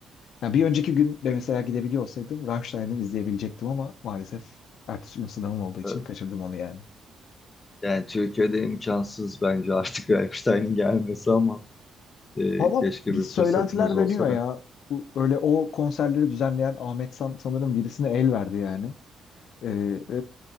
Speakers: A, on the left; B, on the left.
A: Ya bir önceki gün de mesela gidebiliyor olsaydım Rammstein'ı izleyebilecektim ama maalesef ertesi gün sınavım olduğu için
B: Öf.
A: kaçırdım onu yani.
B: Yani Türkiye'de imkansız bence artık <laughs> Rammstein'in gelmesi ama e,
A: Valla
B: keşke
A: bir
B: bir
A: söylentiler
B: fırsatımız olsa
A: dönüyor
B: da.
A: ya. Bu, böyle o konserleri düzenleyen Ahmet San sanırım birisine el verdi yani. Ee, e,